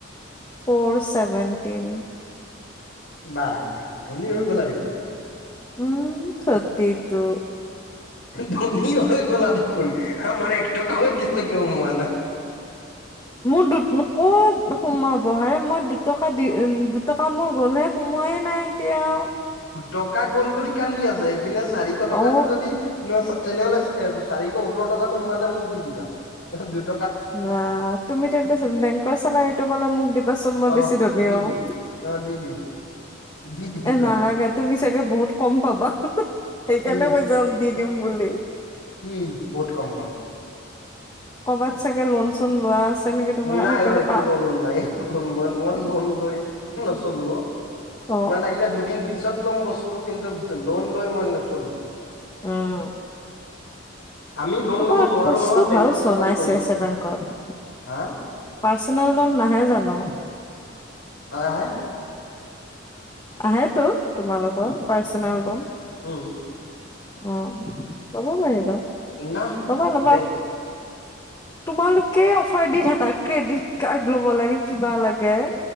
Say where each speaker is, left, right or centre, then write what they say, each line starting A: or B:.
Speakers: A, on the left; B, on the left.
A: Four seventeen.
B: বা ধনী হৈ গলা দেখোন দেখোন
A: উম ঘটিটো
B: ধনী হৈ গলা দেখোন আমাৰ এক টকাও এতিয়ালৈকে সুমুওৱা নায়।
A: মোৰ কত সোমাব হা, মোৰ দুটকা দি উম দুটকা মোৰ গ'লহে সোমোৱাই নাই। এতিয়া আৰু
B: টকা গ'ল বুলি কান্দি আছে পিনে চাৰিশ টকাটো
A: অ
B: যদি ন তেনেহলে ইয়াৰ চাৰিশ সোতৰ টকাটো সোমালে মোক দি দিবা কাৰণ
A: বা তুমি তেন্তে বেংকৰ চেলাৰী টো‌পালে মোক দি দিবাচোন মই
B: অ
A: বেছি ধনী
B: দি
A: হম‌
B: দিম অ দি দিম দি দিম
A: এ
B: যোৱা
A: নালাগে তুমি চাগে বহুত কম পাবা। সেইকাৰণে
B: কি
A: কৈছা দি দিম দিম বুলি
B: কি বহুত কম পাম?
A: কৰ'বাত চাগে লোন চোন লোৱা আছে নেকি তোমাৰ
B: নাই
A: সেইকাৰণে
B: অ একো
A: কা
B: লোনো নাই একো লোন মই লোন লৈ নচলো অ'
A: অ
B: মই লাগিলে দুদিন পিছত ল'ম বস্তু কিন্তু লোন লৈ মই নচলো।
A: উম
B: আমি লোন
A: তোমাৰ
B: ল'ব নোৱাৰো
A: পোষ্টটো
B: নহয় বেংকত
A: ভাল চ
B: চাকৰি
A: নাই
B: কৰিলে
A: চি আ এ বেংকত
B: হা
A: পাৰ্চনেল লোন নাহে জানো
B: <unintelligible>
A: আহে টো তোমালোকৰ
B: উম
A: পাৰ্চনেল লোন
B: উম
A: অঁ লব পাৰিবা
B: ন
A: ল'বা ল'বা
B: দে
A: তোমালোকে অফাৰ দি থাকা। কেডি ক ল'ব লাগে কিবা লাগে।